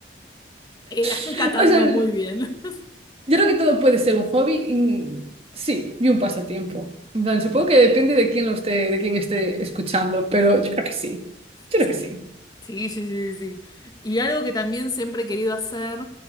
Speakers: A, on the left; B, on the right.
A: Eh, la estoy
B: <laughs>
A: catando
B: O sea,
A: muy bien. <laughs>
B: Yo creo que todo puede ser un hobby, y- sí, y un pasatiempo. En plan, supongo que depende de quién lo esté, de quién esté escuchando, pero yo creo que sí. Yo
A: Sí.
B: creo que sí.
A: Sí, sí, sí, sí. Y algo que también siempre he querido hacer